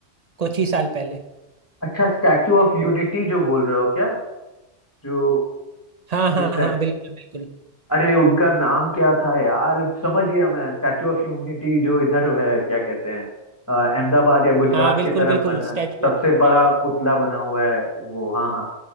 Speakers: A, on the right (about 35°); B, on the left (about 15°).
A: कुछ ही साल पहले
B: अच्छा स्टैचू ऑफ यूनिटी जो बोल रहे हो क्या जो
A: हाँ हाँ
B: जो स्टै...
A: हाँ बिल्कुल बिल्कुल
B: अरे उनका नाम क्या था यार समझ गया मैं स्टैचू ऑफ यूनिटी जो इधर है क्या कहते हैं अ, अहमदाबाद या गुजरात
A: हाँ बिल्कुल
B: के तरफ
A: बिल्कुल
B: बना
A: स्टैचू
B: सबसे
A: ऑफ-
B: बड़ा पुतला बना हुआ है वो हाँ हाँ